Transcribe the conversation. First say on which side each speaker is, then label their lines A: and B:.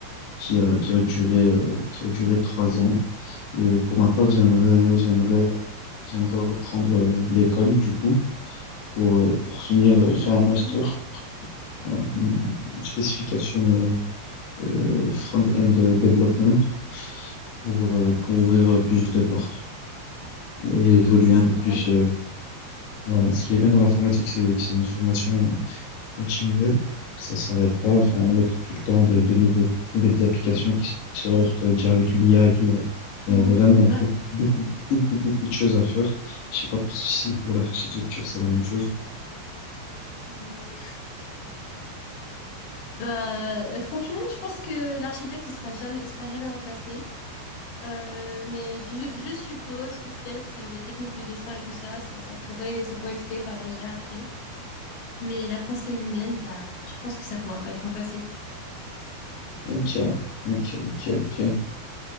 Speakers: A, on the left; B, on the left.
A: qui a, qui a duré, euh, qui a duré trois ans. Et pour ma part, j'aimerais, j'aimerais, j'aimerais reprendre euh, l'école, du coup, pour, euh, pour finir, euh, faire
B: Ah,
A: un
B: c'est
A: master,
B: cool.
A: en une une spécification euh, euh, front-end euh, development, pour, euh, pour ouvrir euh, plus de portes et évoluer
B: Ah, Ça, c'est
A: un peu plus.
B: vraiment cool.
A: euh, voilà. Ce qui est bien dans l'informatique, c'est que c'est une formation euh, continuelle. Ça s'arrête pas. Enfin, il y a tout tout le temps de, de nouveaux- nouvelles applications qui sortent, euh, déjà avec l'IA et tout. Il y a,
B: Mhm.
A: il y a vraiment beaucoup,
B: Ouais.
A: beaucoup, beaucoup, beaucoup de choses à faire. Je sais pas pour si pour l'architecture, c'est la même chose.
B: Euh, bah, euh, franchement, je pense que l'architecte, il sera jamais, il sera jamais remplacé. Euh, mais je, je suppose que peut-être euh, les techniques de dessin et tout ça, ça, ça pourrait, ça pourrait être fait par la IA après. Mais la pensée humaine, bah, je pense que ça pourra pas être remplacé.
A: Ok, ok, ok, ok.